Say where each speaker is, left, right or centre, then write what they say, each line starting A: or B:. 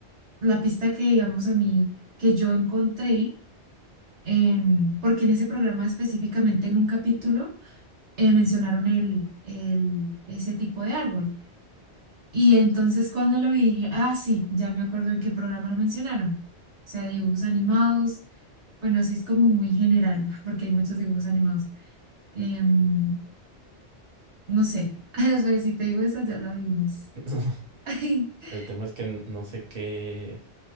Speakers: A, on the right; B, on the right.
A: la pista que, digamos, a mí, que yo encontré, em, porque en ese programa específicamente, en un capítulo, eh, mencionaron el, el, ese tipo de árbol. Y entonces cuando lo vi dije, ah, sí, ya me acuerdo en qué programa lo mencionaron. O sea, dibujos animados, bueno, así es como muy general, <laughs> porque hay muchos dibujos animados. Em, no sé, <laughs> ay, no, pero si te digo esa, ya lo adivinas.
B: <laughs>
A: <laughs>
B: El tema es que n- no sé qué...